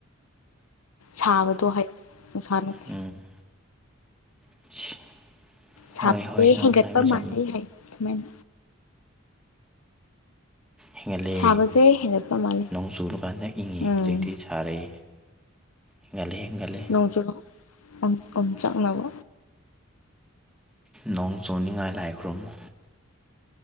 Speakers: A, on the left; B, in the centre.
A: ꯁꯥꯕꯗꯣ ꯍꯥꯏ ꯅꯨꯡꯁꯥ ꯅꯠꯇꯦ
B: ꯎꯝ <unintelligible>
A: ꯁꯥꯕꯁꯦ
B: ꯍꯣꯏ ꯍꯣꯏ ꯅꯪ
A: ꯍꯦꯟꯒꯠꯄ
B: ꯍꯥꯏꯕ ꯆꯨꯝꯃꯤ
A: ꯃꯥꯜꯂꯦ ꯍꯥꯏꯌꯨ ꯁꯨꯃꯥꯏꯅ
B: ꯍꯦꯟꯒꯠꯂꯦ
A: ꯁꯥꯕꯁꯦ ꯍꯦꯟꯒꯠꯄ ꯃꯥꯜꯂꯤ
B: ꯅꯣꯡ ꯆꯨꯔꯀꯥꯟꯗ ꯏꯪꯉꯤ
A: ꯎꯝ
B: ꯍꯧꯖꯤꯛꯇꯤ ꯁꯥꯔꯦ ꯍꯦꯟꯒꯠꯂꯦ ꯍꯦꯟꯒꯠꯂꯦ
A: ꯅꯣꯡ ꯆꯨꯔꯣ ꯑꯣꯝ ꯑꯣꯝꯆꯥꯛꯅꯕ
B: ꯅꯣꯡ ꯆꯨꯅꯤꯡꯉꯥꯏ ꯂꯥꯏ ꯈꯨꯔꯨꯝꯃꯣ